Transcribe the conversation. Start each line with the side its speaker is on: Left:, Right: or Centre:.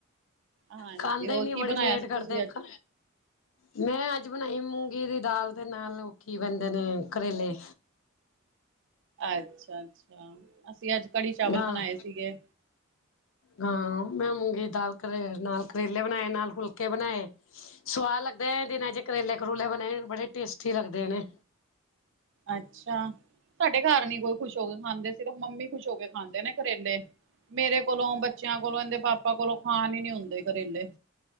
Right: ਹਾਂਜੀ,
Left: ਖਾਂਦੇ
Right: ਹੋਰ
Left: ਹੀ ਨੀ
Right: ਕੀ
Left: ਬੜੀ
Right: ਬਣਾਇਆ
Left: ਲੇਟ
Right: ਸੀ
Left: ਕਰਦੇ
Right: ਤੁਸੀਂ
Left: ਇੱਕ
Right: ਅੱਜ?
Left: ਮੈਂ ਅੱਜ ਬਣਾਈ ਮੂੰਗੀ ਦੀ ਦਾਲ ਦੇ ਨਾਲ ਉਹ ਕੀ ਕਹਿੰਦੇ ਆ ਕਰੇਲੇ
Right: ਅੱਛਾ- ਅੱਛਾ ਅਸੀਂ ਅੱਜ ਕੜੀ ਚਾਵਲ
Left: ਹਾਂ
Right: ਬਣਾਏ ਸੀਗੇ
Left: ਹਾਂ ਮੈਂ ਮੂੰਗੀ ਦਾਲ ਕਰੇ ਨਾਲ ਕਰੇਲੇ ਬਣਾਏ ਨਾਲ ਫੁਲਕੇ ਬਣਾਏ ਸਵਾਦ ਲੱਗਦਾ ਦਿਨਾਂ ਚ ਕਰੇਲੇ ਕਰੂਲੇ ਬਣੇ ਬੜੇ ਟੇਸਟੀ ਲੱਗਦੇ ਨੇ
Right: ਅੱਛਾ ਸਾਡੇ ਘਰ ਨੀ ਕੋਈ ਖੁਸ਼ ਹੋ ਕੇ ਖਾਂਦੇ ਸ਼ਿਰਫ ਮੰਮੀ ਖੁਸ਼ ਹੋ ਕੇ ਖਾਂਦੇ ਨੇ ਕਰੇਲੇ ਮੇਰੇ ਕੋਲੋਂ ਬੱਚਿਆਂ ਕੋਲੋਂ ਇਹਦੇ ਪਾਪਾ ਕੋਲੋਂ ਖਾਣ ਹੀ ਨੀ ਹੁੰਦੇ ਕਰੇਲੇ